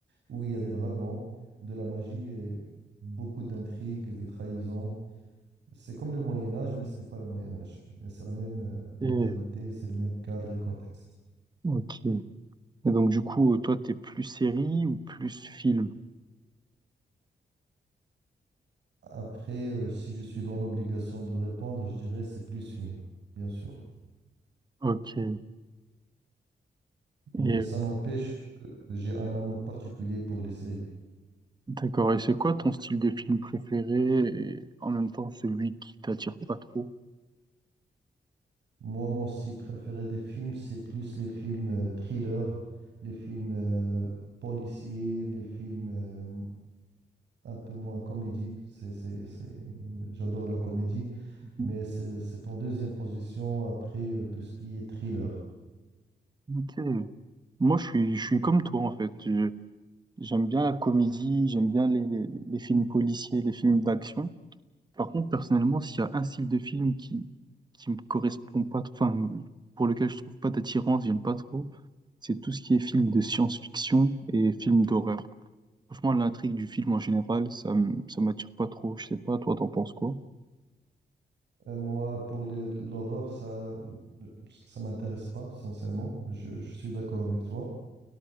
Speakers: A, on the right; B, on the right.
A: où il y a des dragons, de la magie et beaucoup d'intrigues, de trahisons. C'est comme le Moyen Âge, mais ce n'est pas le Moyen Âge. Mais C'est la même euh, mentalité,
B: et-
A: c'est le même cadre et contexte.
B: ok. Et donc du coup, euh, toi, t'es plus série ou plus film?
A: Après, euh, si je suis dans l'obligation de répondre, je dirais c'est plus film, bien sûr.
B: Ok.
A: Mais
B: Et
A: ça n'empêche, que j'ai un amour particulier pour les séries.
B: d'accord. Et c'est quoi ton style de film préféré et en même temps celui qui t'attire pas trop?
A: Moi, mon style préféré des films, c'est plus les films euh, thrillers, les films euh, policiers, les films euh, un peu moins comédie. C'est, c'est, c'est... J'adore la comédie,
B: Mhm.
A: mais c'est c'est en deuxième position après euh, tout ce qui est thriller.
B: Ok. Moi, je suis, je suis comme toi, en fait. Je- J'aime bien la comédie, j'aime bien les, les, les films policiers, les films d'action. Par contre, personnellement, s'il y a un style de film qui, qui me correspond pas, trop- enfin, pour lequel je trouve pas d'attirance, j'aime pas trop, c'est tout ce qui est film de science-fiction et film d'horreur. Franchement, l'intrigue du film en général, ça, m- ça m'attire pas trop. Je sais pas, toi, t'en penses quoi?
A: Euh, moi, pour le- l'horreur, ça ça m'intéresse pas, sincèrement. Je, je suis d'accord avec toi.